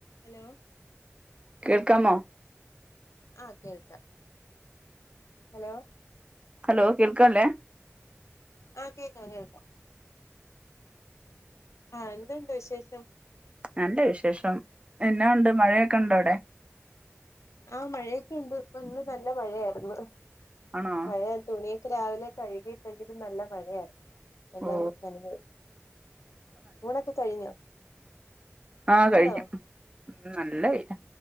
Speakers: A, on the left (about 85°); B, on the right (about 25°).
A: Hello
B: കേൾക്കാമോ
A: ആ കേൾക്കാം ഹലോ
B: ഹലോ കേൾക്ക്യാല്ലോ
A: ആ കേക്കാം കേക്കാം ആ എന്തേണ്ട് വിശേഷം
B: നല്ല വിശേഷം എന്നാഉണ്ട് മഴയൊക്കെ ഒണ്ടോ അവടെ
A: ആ മഴയൊക്കെ ഒണ്ട് ഇപ്പം ഇന്ന് നല്ല മഴയായിരുന്നു
B: ആണോ
A: മഴയായ തുണി രാവിലെ കഴുകി എങ്കിലും നല്ല മഴയായിരന്ന് എല്ലാം
B: ഓ
A: നനഞ്ഞ് പോയി ഊണൊക്കെ കഴിഞ്ഞോ
B: ആാ കഴിക്കും
A: ആണോ
B: ഉം നല്ല വെയിലാ